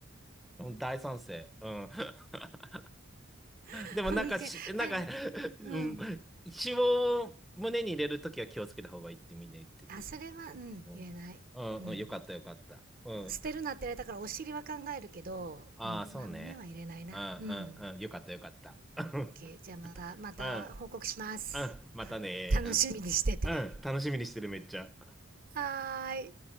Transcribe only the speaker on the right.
<laughs>
オッケー。<laughs>
はい。
うん。
あ、それは、うん、
言えない。
うん。
捨てるなって言われたからお尻は考えるけど、
うん、
まあ胸は入れないな。
うん。
OK。じゃあまた、また報告します。
楽しみにしてて。
はーい。